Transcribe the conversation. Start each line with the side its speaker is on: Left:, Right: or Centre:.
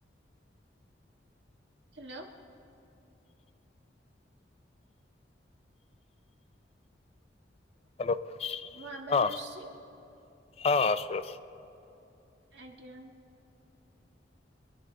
Right: ହ୍ୟାଲୋ।
Left: ହ୍ୟାଲୋ ହଁ
Right: ମୋ ଆବାଜ
Left: ହଁ
Right: ଆସୁଛି
Left: ଆସୁ ଆସୁ।
Right: ଆଜ୍ଞା।